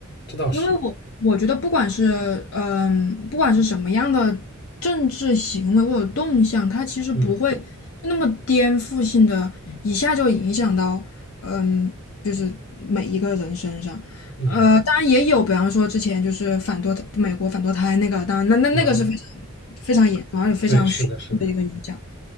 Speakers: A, on the left; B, on the left.
A: 这倒是，
B: 因为我我觉得不管是嗯，不管是什么样的政治行为或者动向，它其实不会那么颠覆性的，
A: 嗯
B: 一下就影响到嗯，就是每一个人身上。
A: 嗯
B: 呃，当然也有，比方说之前就是反堕美国反堕胎那个，当然那那那个是非常
A: 啊，
B: 非常严重，而且非常迅速的一个影响。
A: 对，是的，是的，